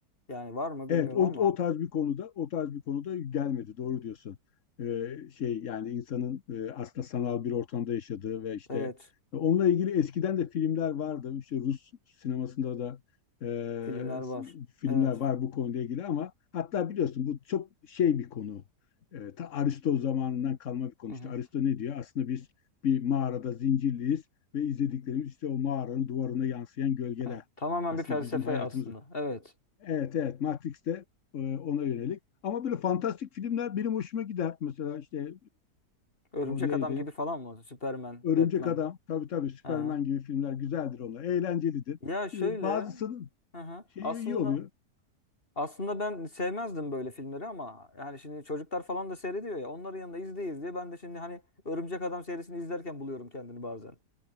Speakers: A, on the left; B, on the left.
A: Yani var mı bilmiyorum
B: Evet, o,
A: ama
B: o tarz bir konuda, o tarz bir konuda gelmedi. Doğru diyorsun. Ee, şey yani insanın e, aslında sanal bir ortamda yaşadığı ve işte
A: evet.
B: e, onunla ilgili eskiden de filmler vardı. İşte Rus sinemasında da e,
A: Filmler var.
B: s- filmler
A: Evet.
B: var bu konuyla ilgili ama hatta biliyorsun bu çok şey bir konu. E, ta Aristo zamanından kalma bir konu.
A: Hı hı.
B: İşte Aristo ne diyor? Aslında biz bir mağarada zincirliyiz ve izlediklerimiz işte o mağaranın duvarına yansıyan gölgeler.
A: Evet. Tamamen
B: Aslında
A: bir felsefe
B: bizim hayatımız.
A: aslında. Evet.
B: Evet evet Matrix'te e, ona yönelik. Ama böyle fantastik filmler benim hoşuma gider. Mesela işte
A: Örümcek
B: e, o neydi?
A: Adam gibi falan mı? Superman,
B: Örümcek
A: Batman.
B: Adam. Tabii tabii Superman
A: Hı hı.
B: gibi filmler güzeldir onlar. Eğlencelidir.
A: Ya şöyle.
B: E, bazısının
A: Hı hı.
B: şeyi
A: Aslında
B: iyi oluyor.
A: aslında ben sevmezdim böyle filmleri ama yani şimdi çocuklar falan da seyrediyor ya. Onların yanında izleyiz diye ben de şimdi hani Örümcek Adam serisini izlerken buluyorum kendini bazen.